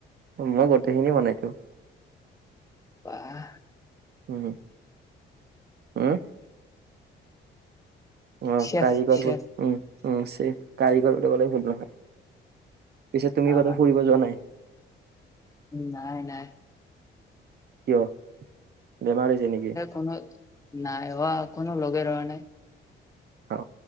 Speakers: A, on the right; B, on the left.
A: মই গোটেইখিনি বনাই দিও।
B: বাঃ
A: উম উম অ
B: চেফ
A: কাৰিকৰ
B: চেফ
A: বোৰ উম উম আছে কাৰিকৰ লগতে বনোৱা হয়। পিছে তুমি
B: আহ
A: কতো ফুৰিব যোৱা নাই?
B: নাই নাই।
A: কিয় বেমাৰ হৈছে নেকি?
B: অ নাই অ কোনো লগে ধৰা নাই।
A: অ